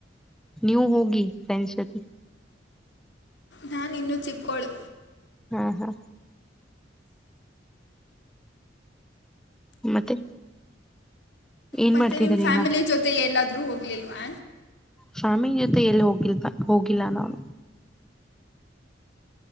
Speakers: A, in the centre; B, on the left (about 65°).
A: ನೀವು ಹೋಗಿ ಫ್ರೆಂಡ್ಸ್ ಜೊತೆ
B: ನಾನ್ ಇನ್ನುೂ ಚಿಕ್ಕೋಳು
A: ಹ್ಮ ಹಾ ಮತ್ತೆ ಏನ್
B: ಮತ್ತೆ
A: ಮಾಡ್ತಿದೀರಿ
B: ನಿಮ್ ಫ್ಯಾಮಿಲಿ
A: ಈಗ
B: ಜೊತೆ ಎಲ್ಲಾದೂ ರು ಹೋಗ್ಲಿಲ್ವಾ
A: ಫ್ಯಾಮಿಲಿ ಜೊತೆ ಎಲ್ಲಿ ಹೋಗಿಲ್ತ ಹೋಗಿಲ್ಲ ನಾವು